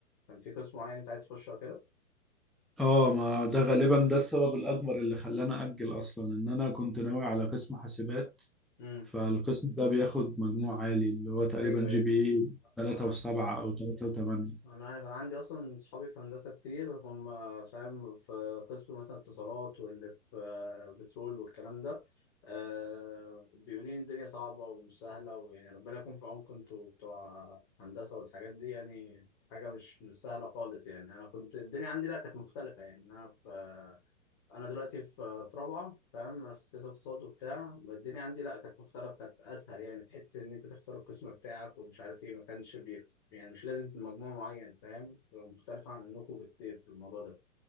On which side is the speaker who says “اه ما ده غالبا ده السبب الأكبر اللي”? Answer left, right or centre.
Centre